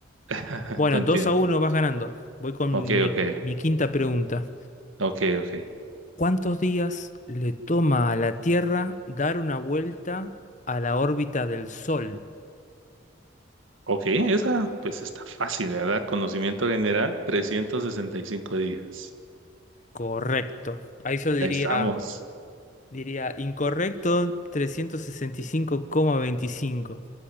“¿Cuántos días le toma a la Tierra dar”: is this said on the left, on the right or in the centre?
Left